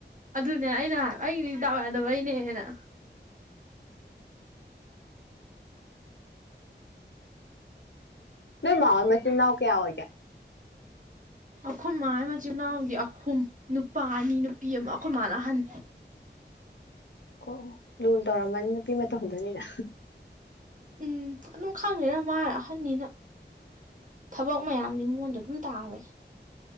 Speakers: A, on the right; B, on the left.
A: ꯑꯗꯨꯅꯦ ꯑꯩꯅ ꯑꯩꯒꯤꯗꯤ ꯗꯥꯎ ꯌꯥꯗꯕꯩꯅꯦꯅ
B: ꯅꯣꯏ ꯃꯥꯎꯏ ꯃꯆꯤꯟ ꯀꯌꯥ ꯑꯣꯏ ꯀꯌꯥ
A: ꯑꯩꯈꯣꯏ ꯃꯥꯒꯤ ꯃꯆꯤꯟ ꯃꯅꯥꯎꯗꯤ ꯑꯍꯨꯝ ꯅꯨꯄꯥ ꯑꯅꯤ ꯅꯨꯄꯤ ꯑꯃ ꯑꯩꯈꯣꯏ ꯃꯥꯅ ꯑꯍꯟ
B: ꯑꯣ ꯂꯨ ꯇꯧꯔꯝꯃꯅꯤ ꯅꯨꯄꯤ ꯃꯇꯝꯗꯨꯅꯤꯅ
A: ꯎꯝ ꯑꯗꯨꯝ ꯈꯪꯗꯦꯗ ꯃꯥꯔ ꯑꯍꯟꯅꯤꯅ ꯊꯕꯛ ꯃꯌꯥꯝꯗꯤ ꯃꯉꯣꯟꯗ ꯑꯗꯨꯝ ꯇꯥꯕꯁꯤ